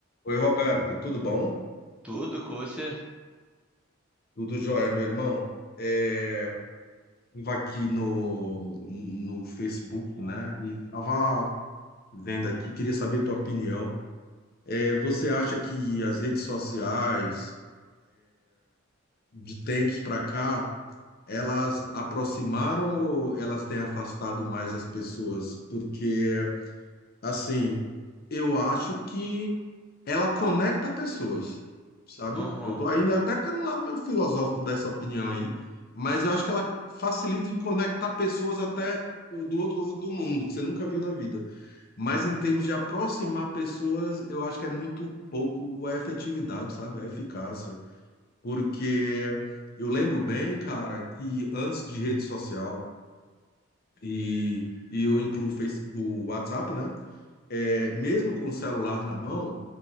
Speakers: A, on the left; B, in the centre.
A: Oi, Roberto, tudo bom?
B: Tudo com você.
A: Tudo jóia, meu irmão? É, estava aqui no, no Facebook, né? E estava vendo aqui, queria saber tua opinião. É, você acha que as redes sociais, de tempos para cá, elas aproximaram ou elas têm afastado mais as pessoas? Porque, assim, eu acho que ela conecta pessoas, sabe?
B: Uhum,
A: Eu tô ainda até pelo lado meio filosófico dessa opinião aí, mas eu acho que ela facilita em conectar pessoas até do outro lado do mundo, que você nunca viu na vida. Mas em termos de aproximar pessoas, eu acho que é muito pouco a efetividade, sabe? A eficácia. Porque eu lembro bem, cara, que antes de rede social, e, e eu incluo o Face- o WhatsApp, né? É, mesmo com o celular na mão,